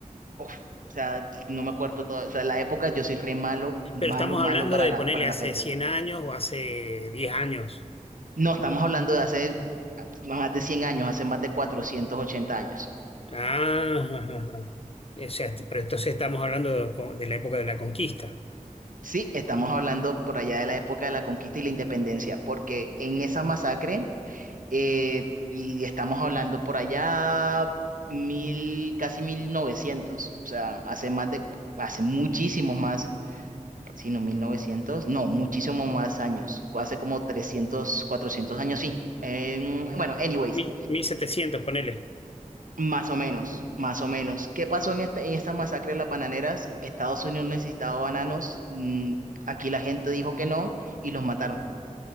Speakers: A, on the right; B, on the left.
A: uf, o sea, no me acuerdo todo, o sea, la época yo soy re malo, malo,
B: Pero estamos
A: malo
B: hablando
A: para
B: de
A: la,
B: ponerle
A: para la
B: hace
A: fecha.
B: 100 años o hace 10 años.
A: No, estamos
B: Ah, <laughs>
A: hablando de hace ah, más de 100 años, hace más de 480 años.
B: ajá, ajá. O sea, pero entonces estamos hablando de, co- de la época de la conquista.
A: Sí, estamos hablando por allá de la época de la conquista y la independencia, porque en esa masacre, eh, y estamos hablando por allá mil, casi 1900, o sea, hace más de, hace muchísimos más, si no 1900, no, muchísimos más años, hace como trescientos cuatrocientos años, sí. Em, bueno, anyways,
B: Mi- mil setecientos, ponele.
A: más o menos, más o menos. ¿Qué pasó en, este- en esta masacre de las bananeras? Estados Unidos necesitaba bananos, mm, aquí la gente dijo que no y los mataron.